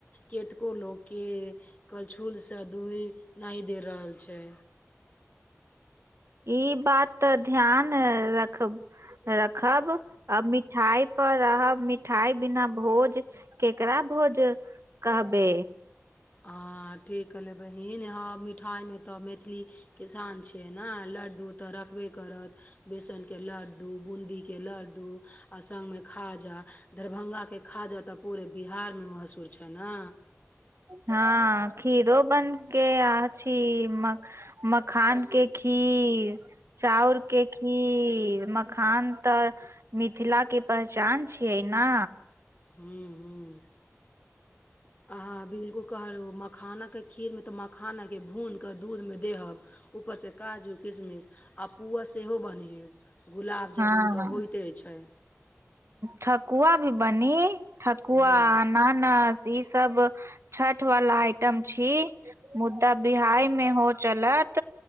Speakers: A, on the left (about 35°); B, on the right (about 65°).
A: केतको लोकके करछुलसँ दूहि नहि दे रहल छै
B: ई बात तऽ ध्यान रख रखब अ मि मिठाइ पर रहब मिठाइ बिना भोज केकरा भोज कहबे
A: अं ठीक कहलै बहिन हँ मिठाइमे तऽ मैथिली किसान छियै ने लड्डू तऽ रखबे करत बेसनके लड्डू बूदीके लड्डू आ संगमे खाजा दरभङ्गाके खाजा तऽ पूरे बिहारमे मशहूर छै ना
B: हँ खीरो बन के अ छी म मखान के खीर चाउर के खीर म खान तऽ मिथिला के पहचान छियै ना
A: हं हं अहां बिलकुल कहल मखाना खीर मे तऽ मखाना के भुन क दूध मे देहब ऊपर से काजू किशमिश आ पुआ सेहो बन्हेब गुलाब जामुन
B: हँ
A: तऽ होइते छै
B: ठकुआ भी बनी ठकुआ
A: हुँ
B: न न ई सब छठ वला आइटम छी मु त बिआहि मे हो चलत